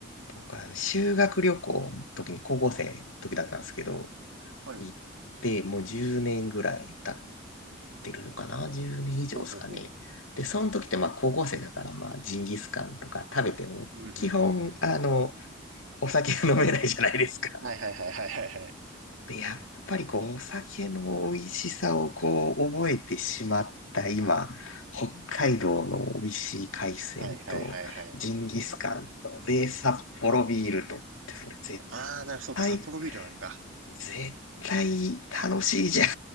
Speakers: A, on the left; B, on the right.
A: 僕はあの修学旅行の時に高校生の時だったんですけど、
B: はい。
A: 行ってもう10年ぐらい経ってるのかな ?10 年以上ですかね。
B: ほうほうほう。
A: で、その時ってまあ高校生だからまあジンギスカンとか食べても基本あの、
B: うん、うん、うん、うん。ん
A: お酒が飲めないじゃないですか。
B: はいはいはいはいはいはい。
A: で、やっぱりこう、お酒の美味しさをこう、覚えてしまった今、北海道の美味しい海鮮と、
B: はいはいはいはい。
A: ジンギスカンと、で、札幌ビールとって、それ絶
B: ああ、な、そうか、
A: 対、
B: 札幌ビールなんか。
A: 絶対楽しいじゃんっ